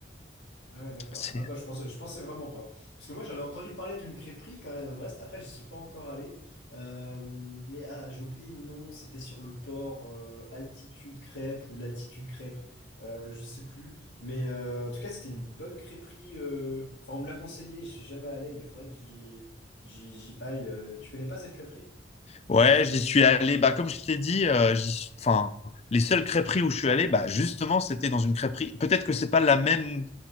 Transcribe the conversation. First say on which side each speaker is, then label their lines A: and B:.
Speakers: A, on the left; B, on the left.
A: Ah ouais, d'accord.
B: C'est-
A: Ah bah je pensais, je pensais vraiment pas. Parce que moi j'avais entendu parler d'une crêperie quand même à Brest. Après, je suis pas encore allé. Euh, mais ah, j'ai oublié le nom, c'était sur le port euh, Altitude Crêpe ou l'Altitude Crêpe. Euh, je sais plus. Mais euh, en tout cas, c'était une bonne crêperie. euh, Enfin, on me l'a conseillé, je suis jamais allé, mais il faudrait que j'y j'y j'y aille. euh. Tu connais pas cette crêperie?
B: Ouais, j'y suis allé. Bah comme je t'ai dit, euh, j'y suis- enfin les seules crêperies où je suis allé, bah justement c'était dans une crêperie. Peut-être que c'est pas la même